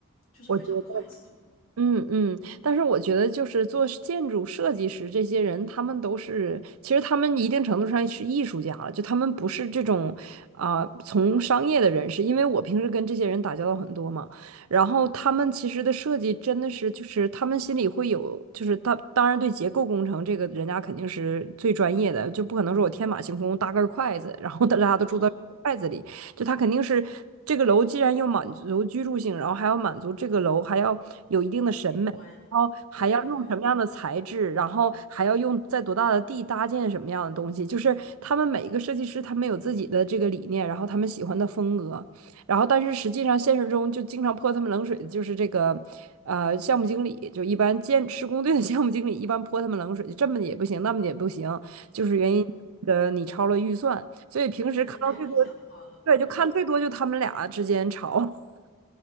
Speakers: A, on the left; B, on the right.
A: 就是非常快速，
B: 我觉得，嗯嗯，但是我觉得就是做建筑设计师这些人，他们都是，其实他们一定程度上是艺术家了，就他们不是这种啊、从商业的人士，因为我平时跟这些人打交道很多嘛，然后他们其实的设计真的是，就是他们心里会有，就是他当然对结构工程这个人家肯定是最专业的，就不可能说我天马行空搭根筷子，然后大家都住到筷子里。
A: 嗯，
B: 就他肯定是这个楼既然要满足居住性，然后还要满足这个楼还要有一定的审美，
A: 美观，
B: 然后还要用什么样的材质，
A: 对对，
B: 然后还要用在多大的地搭建什么样的东西，就是他们每一个设计师他们有自己的这个理念，然后他们喜欢的风格，然后但是实际上现实中就经常泼他们冷水的就是这个。呃，项目经理就一般建施工队的项目经理一般泼他们冷水，就这么也不行，那么也不行，就是原因呃你超了预算，
A: 嗯，
B: 所以平时看到最多
A: 哦或者太理想化了，
B: 对，
A: 嗯。
B: 就看最多就他们俩之间吵。<laughs>